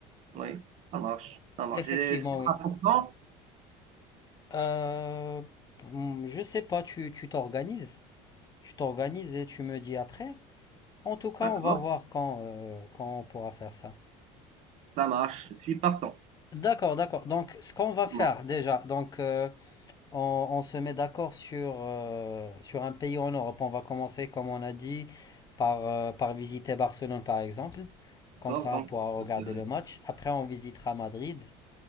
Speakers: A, on the right; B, on the left.
A: Oui, ça marche. Ça marche.
B: Effectivement,
A: Et ce sera
B: oui.
A: pour quand?
B: Euh, hmm, je sais pas, tu, tu t'organises. Tu t'organises et tu me dis après. En tout cas,
A: D'accord.
B: on va voir quand, euh, quand on pourra faire ça.
A: Ça marche, je suis partant.
B: D'accord, d'accord. Donc, ce qu'on va faire
A: Bon,
B: déjà, donc euh, on, on se met d'accord sur, euh, sur un pays en Europe. On va commencer, comme on a dit, par, euh, par visiter Barcelone, par exemple.
A: d'accord,
B: Comme ça,
A: donc
B: on pourra regarder
A: c'est
B: le match. Après, on visitera Madrid.